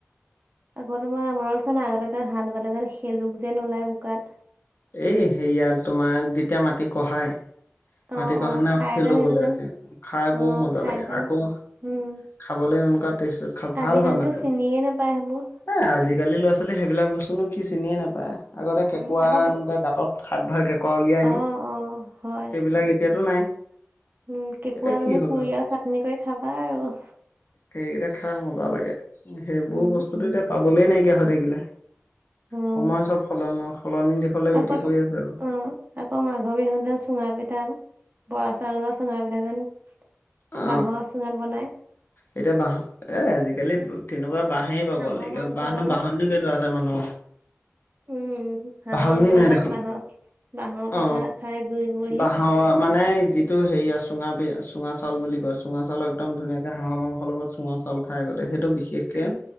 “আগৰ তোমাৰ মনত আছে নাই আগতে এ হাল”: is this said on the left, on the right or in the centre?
Right